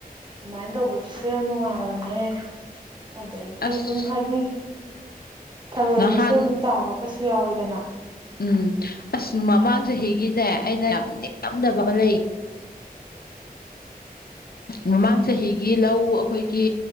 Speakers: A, on the right; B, on the left.
A: ꯑꯗꯨꯃꯥꯏꯅ ꯇꯧꯕꯗꯨꯁꯨ ꯌꯥꯝ ꯅꯨꯡꯉꯥꯏꯕꯅꯦ ꯑꯗꯒꯤ
B: ꯑꯁ
A: ꯑꯗꯨꯝ ꯍꯥꯏꯗꯤ ꯊꯔꯣꯏꯒꯁꯨ
B: ꯅꯍꯥꯟ
A: ꯑꯗꯨꯝ ꯇꯥꯕꯒꯁꯨ ꯌꯥꯎꯋꯤꯗꯅ
B: ꯎꯝ ꯑꯁ ꯃꯃꯥꯡ ꯆꯍꯤꯒꯤꯅꯦ ꯑꯩꯅ ꯌꯥꯝ ꯅꯤꯉꯝꯗꯕ ꯑꯃ ꯂꯩ ꯃꯃꯥꯡ ꯆꯍꯤꯒꯤ ꯂꯧ ꯑꯩꯈꯣꯏꯒꯤ